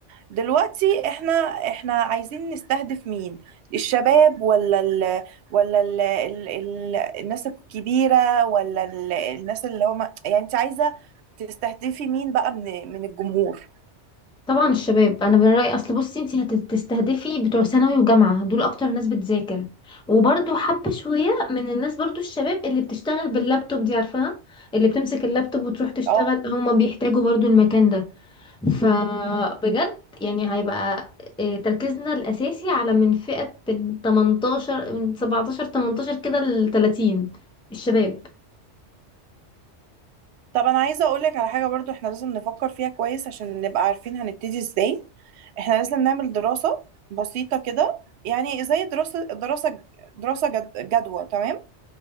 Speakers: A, on the right (about 70°); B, in the centre.
A: دلوقتي احنا احنا عايزين نستهدف مين الشباب ولا ال... ولا ال... ال... ال... الناس الكبيرة ولا ال... الناس اللي هم يعني انت عايزة تستهدفي مين بقى من من الجمهور
B: طبعا الشباب انا من رأيي اصل بصي انتي هتستهدفي بتوع ثانوي وجامعة دول اكتر ناس بتذاكر وبرضو حبة شوية من الناس برضو الشباب اللي بتشتغل باللابتوب دي عارفاها اللي بتمسك اللابتوب وتروح تشتغل
A: اه
B: هما بيحتاجوا برضو المكان ده فبجد يعني هيبقى إيه، تركيزنا الاساسي على من فئة من 18 من 17 18 كده ل 30 الشباب
A: طب انا عايزه اقولك على حاجه برضو احنا لازم نفكر فيها كويس عشان نبقى عارفين هنبتدي ازاي احنا لازم نعمل دراسه بسيطه كده يعني زي دراسه دراسه دراسه جد جدوى تمام